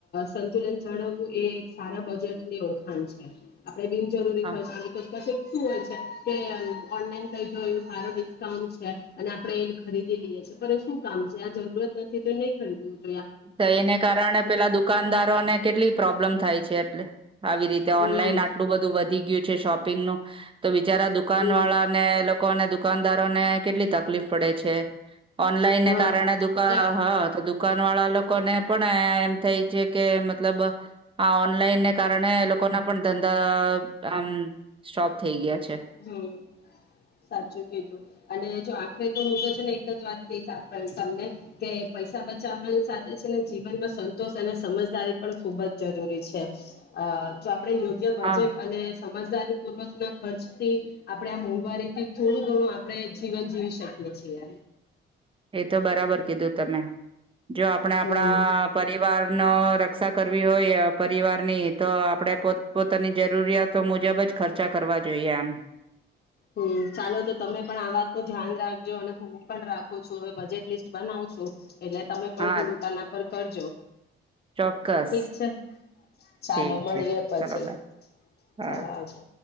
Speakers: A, on the left; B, on the right.
A: સંતુલન જાળવવું એ સારા બજેટની ઓળખાણ છે, એ બીન જરૂરી
B: હા.
A: ખ અ તો કશે હો ઓનલાન એવ સાર ડિસ્કાઉન્ટ છે, અને આપડે એ ખરીદી લઈએ છી શું કામ છે, આ જરૂરત નથી તો નહી ખરીવું
B: તો એને કારણે પેલા દુકાનદારોને કેટલી પ્રોબ્લેમ થાય છે એટલે આવી રીતે
A: હમ
B: ઓનલાઈન આટલું બધું વધી ગયું છે, શોપ પિન નું તો બિચારા દુકાન
A: હમ
B: વાળા ને લોકોને દુકાનદારો ને કેટલી તકલીફ પડે છે, ઓનલાઈનને
A: હા
B: કારણે દુખ
A: એ
B: હ તો દુકાન વાળા લોકોને પણ એમ થઈ છે, કે મતલબ આ ઓનલાઈનને કારણે એ લોકો ના પણ ધંધા આમ સ્ટોપ થઈ ગયા. છે
A: હમ્મ સાચું કીધું અને જો આખરે તો હું તો છે, ને એક જ વાત કહીશ તમને કે પૈસા બચાવવાની સાથે છે, ને જીવનમાં સંતોષ અને સમજદારી પણ ખુબ જ જરૂરી છે જો આપણે યોગ્ય બજેટ
B: હા
A: અને સમજદારી પૂર્વક ના ખર્ચ આપણે આ મોંઘવારીથી થોડું ઘણું આપણે જીવન જીવી શકીએ છીએ
B: એ તો બરાબર કીધું તમે જો આપણે આપણા
A: હમ
B: પરિવાર નો રક્ષા કર હોય પરિવારની તો આપણે પોતાની જરૂરિયાતો મુજબ જ ખર્ચા કરવા જોઈએ આમ
A: હમ્મ ચાલો તો તમે પણ આ વાત ન ધ્યાન રાખજો અને હું પણ રાખું છું, હવે બજેટ લિસ્ટ બનાવ છો એટલે તમે પણ
B: હા
A: થોડુંક આના પર કરજો
B: ચોક્કસ
A: ઠીક છે, ચાલો
B: ઠીક
A: મળીએ
B: છે
A: પછી
B: ચલો બાય હા.
A: ચાલો આવજો.